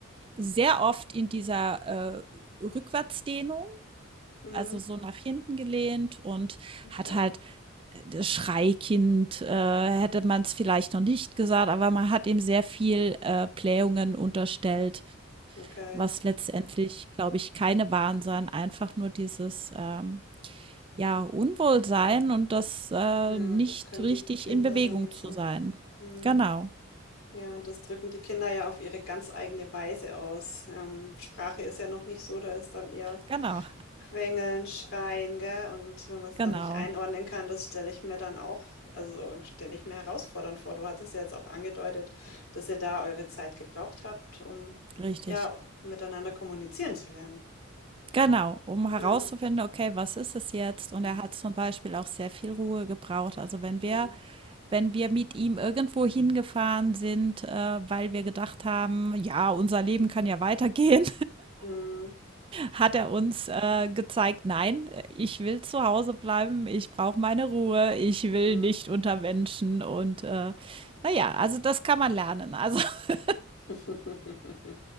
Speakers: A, on the right; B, on the left.
A: sehr oft in dieser äh, Rückwärtsdehnung,
B: Mhm.
A: also so nach hinten gelehnt und
B: Okay.
A: hat halt das Schreikind, äh, hätte man es vielleicht noch nicht gesagt, aber man hat ihm sehr viel äh, Blähungen unterstellt,
B: Okay.
A: was letztendlich, glaube ich, keine waren, sondern einfach nur dieses ähm, ja, Unwohlsein und das, äh,
B: Ja,
A: nicht
B: das können
A: richtig
B: die Kinder
A: in Bewegung
B: dann nicht
A: zu
B: so.
A: sein.
B: Hm. Hm.
A: Genau,
B: Ja, das drücken die Kinder ja auf ihre ganz eigene Weise aus. Ähm, Sprache ist ja noch nicht so, da ist dann eher
A: genau,
B: Quengeln, Schreien, gell? Und wenn man es
A: genau,
B: dann nicht einordnen kann, das stelle ich mir dann auch, also stelle ich mir herausfordernd vor. Du hattest ja jetzt auch angedeutet, dass ihr da eure Zeit gebraucht habt, um
A: richtig.
B: ja miteinander kommunizieren zu lernen.
A: Genau, um herauszufinden,
B: Ja.
A: okay, was ist es jetzt? Und
B: Mhm.
A: er hat zum Beispiel auch sehr viel Ruhe gebraucht. Also wenn
B: Mhm.
A: wir wenn wir mit ihm irgendwo hingefahren sind, äh, weil wir gedacht haben, ja, unser Leben kann ja weitergehen.
B: Mhm.
A: hat er uns äh, gezeigt, nein, ich will zu Hause bleiben, ich brauche meine Ruhe, ich will
B: Mhm.
A: nicht unter Menschen und äh, naja, also das kann man lernen. Also <laughs>
B: <laughs>